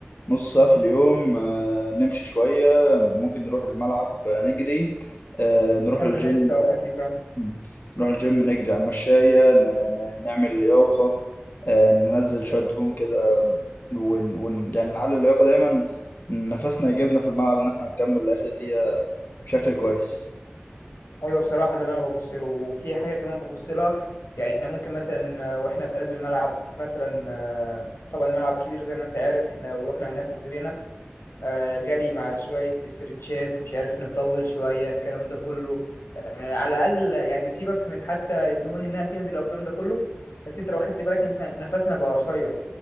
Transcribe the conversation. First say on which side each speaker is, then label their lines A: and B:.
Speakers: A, on the left; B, on the left.
A: نص ساعة في اليوم آه، نمشي شوية ممكن نروح الملعب آه، نجري آه، نروح
B: تمرينات
A: الجيم
B: خفيفة
A: مم. نروح الجيم نجري على المشاية ن- ن- نعمل لياقة آه، ننزل شوية دهون كده ون... ون... يعني نعلي اللياقة دايما نفسنا يجيبنا في الملعب إن احنا نكمل لآخر دقيقة بشكل كويس
B: ايوه بصراحة ده اللي انا ببص له وفي حاجة كمان ببص لها يعني احنا ممكن مثلا واحنا في قلب الملعب مثلا آه، طبعا الملعب كبير زي ما انت عارف احنا لو رحنا هناك وجرينا آه، جري مع شوية استرتشات مش عارف نطول شوية الكلام ده كله آه، على الأقل يعني سيبك من حتى الدهون إنها تنزل أو الكلام ده كله بس أنت لو أخدت بالك إن إحنا نفسنا بقى قصير